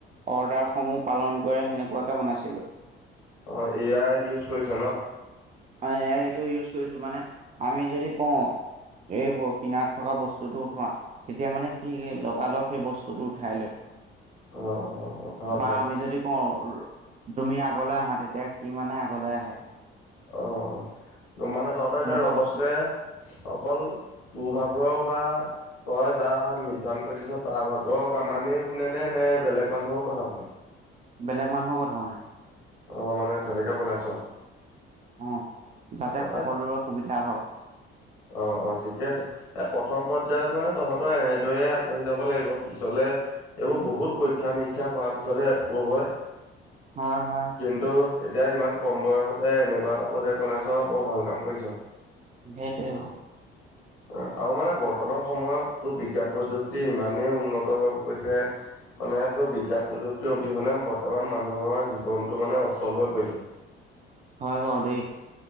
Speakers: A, on the right (about 25°); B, on the left (about 75°).
A: অৰ্ডাৰসমূহ পালন কৰে, সেনেকুৱাকে বনাইছিলোঁ।
B: অ', এ আই ইউজ কৰিছা নহ?
A: হয়, এ আই টো ইউজ কৰিছোঁ, মানে আমি যদি কওঁ। এই কিনাৰত থকা বস্তুটো উঠোৱা, তেতিয়া মানে সি লগা লগ সেই বস্তুটো উঠাই লয়।
B: অ ভাল
A: বা
B: ভাল
A: আমি যদি কওঁ তুমি আগলৈ আহা, তেতিয়া সি মানে আগলৈ আহে।
B: অ', অ'। মানে তহঁতৰ এতিয়া
A: এনেকুৱা
B: ৰ'ব'তটোৱে
A: বস্তু
B: অকল তোৰ ভাগৰ বা তই যাক নিৰ্ধাৰণ কৰি দিছ' তাৰ ভাগৰ কামানেই শুনেনে নে বেলেগ মানুহৰ কথা শুনে?
A: বেলেগ মানুহৰো কথা শুনে।
B: অ', মানে তেনেকে বনাইছ'।
A: অ', যাতে সকলোৰে
B: অ
A: সুবিধা হওঁক।
B: অ', অ', ঠিকেই আছে, এ প্ৰথম পৰ্যায়ত মানে তহঁতৰ এনেদৰেই আগবাঢ়ি যাব লাগিব, পিছলে এইবোৰ বহুত পৰীক্ষা নিৰীক্ষা হোৱাৰ পিছতহে এপ্ৰুভ হয়।
A: হয়, হয়।
B: কিন্তু এতিয়া ইমান কম বয়সতে এনেকুৱা এটা প্ৰজেক্ট বনাইছ' বৰ ভাল কাম কৰিছ'।
A: সেইটোৱেও।
B: <inaudible> আৰু মানে বৰ্তমান সময়ত তোৰ বিজ্ঞান প্ৰযুক্তি ইমানেই উন্নত হৈ গৈছে। মানে তোৰ বিজ্ঞান প্ৰযুক্তিৰ অবিহনে, বৰ্তমান মানুহৰ জীৱনটো মানে অচল হৈ পৰিছে। <inaudible>
A: হয় বাৰু, দেই।